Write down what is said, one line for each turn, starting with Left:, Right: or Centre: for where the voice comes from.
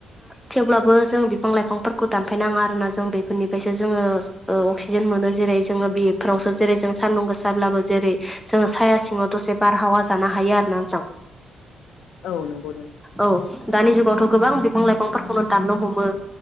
Centre: थेवब्लाबो जों बिफां लाइफांफोरखौ दानफायनाङा आरोना जों बेफोरनिफ्रायसो जोङो अक्सिजेन मोनो जेरै जोङो बेफोरावसो जेरै जों सान्दुं गोसाब्लाबो जेरै जोङो साया सिङाव दसे बारहावा जानो हायो आरो ना नोंथां
Left: औ नंगौ नंगौ
Centre: औ दानि जुगावथ' गोबां बिफां लाइफांफोरखौनो दाननो हमो